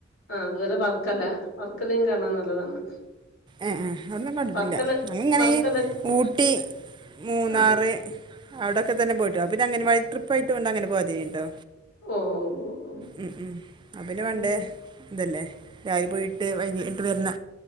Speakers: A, on the left; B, on the right.
A: ആഹ് അതുപോലെ വർക്കല വർക്കലയും കാണാൻ നല്ലതാണ്
B: ആഹ് അതോന്നും കണ്ടിട്ടില്ല
A: വർക്കല
B: അ ഇങ്ങനെ
A: വർക്കല
B: ഊട്ടി, മൂന്നാറ്,
A: ആ.
B: അവിടെക്കെതന്നെ പോയിട്ടു പിന്നെ അംഗനവാടി ട്രിപ്പയിട്ട് ങ്ങനെ പോയി കേട്ടോ
A: ഓഹ്! ഓഹ്! ഓഹ്! ഓഹ്!
B: ഉം ഉം അ പിന്നെ വേണ്ടേ
A: ഉം.
B: തല്ലേ <unintelligible> പൊയിട്ട് വൈകിട്ട് വര്ന്ന